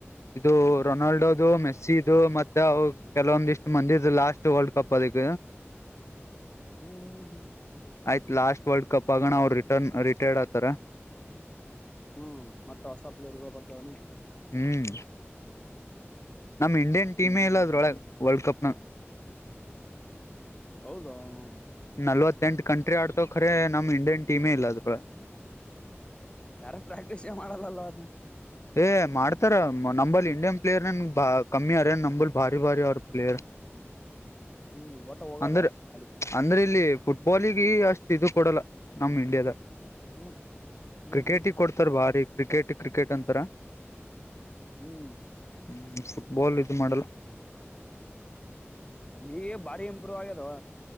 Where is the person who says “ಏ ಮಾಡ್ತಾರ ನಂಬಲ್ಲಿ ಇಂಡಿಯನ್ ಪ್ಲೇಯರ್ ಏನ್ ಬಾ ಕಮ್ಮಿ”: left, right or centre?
Left